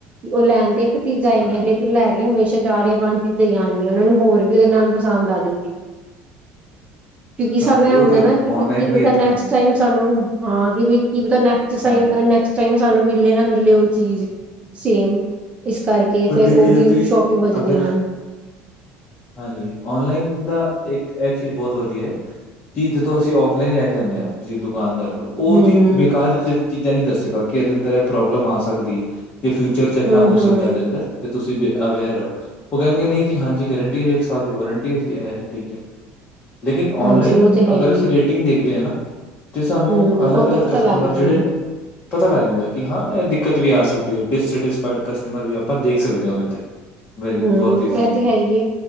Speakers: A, on the right (about 25°); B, on the left (about 35°).
A: ਉਹ ਲੈਣ ਤੇ ਇਕ ਚੀਜ ਆਈ
B: ਹਾਂਜੀ,
A: ਹੈ। ਲੇਕਿਨ ਲੈ ਕੇ ਹਮੇਸ਼ਾ ਚਾਰ ਜਾ ਪੰਜ। ਤੇ ਆਣੀ ਆ ਉਹਨਾ ਨੂੰ ਹੋਰ ਵੀ ਉਹਦੇ ਨਾਲ ਪਸੰਦ ਆ ਜਾਦੀ। ਕਿਉਕਿ ਸਾਨੂੰ
B: ਹਾਂਜੀ
A: ਇਹ
B: ਉਹ
A: ਹੁੰਦਾ
B: ਤੇ
A: ਨਾ ਕਿਂ
B: ਔਨਲਾਈਨ
A: ਕੀ ਪਤਾ
B: ਵੀ ਏਦਾਂ
A: ਨੈਕਸਟ
B: ਹੈ
A: ਟਾਈਮ
B: ਆਪਸ਼ਨ
A: ਸਾਨੂੰ। ਹਾਂ ਕਿ ਵੀ ਕੀ ਨੈਕਸਟਾਈਮ
B: ਹਾਂਜੀ
A: ਨੈਕਸਟਾਈਮ। ਸਾਨੂੰ ਮਿਲੇ ਨਾ ਮਿਲੇ ਉਹ ਚੀਜ ਸੇਮ। ਇਸ ਕਰਕੇ
B: ਪਰ
A: ਫੇਰ
B: ਦੇਖਿਆ
A: ਉਹ ਵੀ
B: ਜਾਏ ਤੇ
A: ਸ਼ੋਪਿਗ ਹੋ ਜਾਦੀ
B: ਅਗਰ
A: ਹਨ।
B: ਹਾਂਜੀ ਔਨਲਾਈਨ ਦਾ ਇਕ ਇਹ ਚੀਜ਼ ਬਹੁਤ ਵਧੀਆ ਹ ਕਿ ਜ। ਤੋਂ ਅਸੀ ਉਫਲਾਈਨ ਲੈਣ ਜਾਦੇ ਹਾਂ ਕਿਸੇ ਦੁਕਾਨਦਾਰ ਕੋਲ ਉਹਦੀ
A: ਹੂੰ ਹੂੰ।
B: ਬੇਕਾਰ। ਚੀਜ਼ਾਂ ਨੀ ਦਸੇਗਾ ਕਿ ਇਹਦੇ ਅੰਦਰ ਇਹ ਪ੍ਰੋਬਲਮ ਆ ਸਕਦੀ ਹੈ। ਤੇ ਫਿਊਚਰ ਚ' ਏਦਾਂ
A: ਹੂੰ
B: ਹੋ
A: ਹੂੰ
B: ਸਕਦਾ ਇਹਦੇ ਅੰਦਰ। ਤੇ ਤੁਸੀ ਬ ਅਵੇਅਰ ਰਹ ਉਹ ਕਹਿਗੇ ਨਹੀ ਜੀ ਹਾਂਜੀ ਗਰੰਟੀ ਹੈ। ਜੇ ਇਕ ਸਾਲ ਦੀ ਵਾਰੰਟੀ। ਜੀ ਇਹ ਠੀਕ ਹੈ। ਲੇਕਿਨ
A: ਹਾਂਜੀ
B: ਔਨਲਾਈਨ
A: ਉਹ ਤੇ ਹੈ
B: ਅਗਰ
A: ਹੀ
B: ਅਸੀ
A: ਏ
B: ਰੇਟਿੰਗ ਦੇਖਦੇ ਹ ਨਾ। ਤੇ ਸਾਨੂੰ
A: ਹੂੰ
B: ਅਲਗ-
A: ਉਥੋਂ
B: ਅਲਗ
A: ਪਤਾ
B: ਕਸਟਮਰ
A: ਲੱਗ ਜਾਂਦਾ।
B: ਜਿਹੜੇ। ਪਤਾ ਲੱਗ ਜਾਂਦਾ ਕਿ ਹਾਂ ਇਹ ਦਿੱਕਤ ਵੀ ਆ ਸਕਦੀ ਹੈ ਡਿਸ ਸਤਿਸਫ਼ੀਏਡ ਕਸ। ਮਰ ਵੀ ਆਪਾਂ ਦੇਖ ਸਕਦੇ ਹਾਂ ਉਹਦੇ ਤੇ। ਵੈਰੀ
A: ਹਮ
B: ਬਹੁਤ ਈਜ਼ੀਲੀ
A: ਇਹ ਤੇ ਹੈ ਹੀ ਏ